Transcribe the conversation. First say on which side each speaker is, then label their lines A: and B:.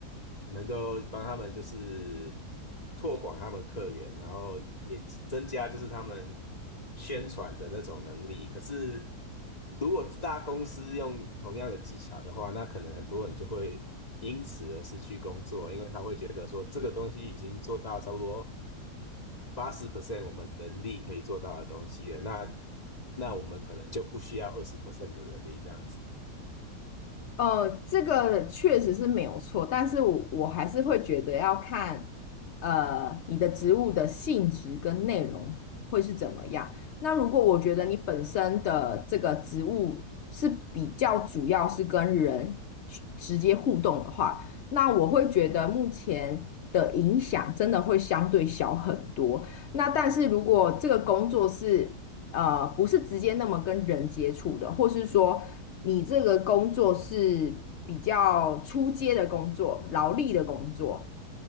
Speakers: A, on the left; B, on the left.
A: 能够帮他们就是拓广他们客源，然后也增加就是他们宣传的那种能力。可是如果大公司用同样的技巧的话，那可能很多人就会因此而失去工作，因为他会觉得说这个东西已经做到差不多八十 percent 我们能力可以做到的东西了，那那我们可能就不需要二十 percent 的能力这样子。
B: 呃，这个确实是没有错，但是我我还是会觉得要看，呃，你的职务的性质跟内容会是怎么样。那如果我觉得你本身的这个职务是比较主要是跟人去直接互动的话，那我会觉得目前的影响真的会相对小很多。那但是如果这个工作是呃，不是直接那么跟人接触的，或是说你这个工作是比较出街的工作、劳力的工作，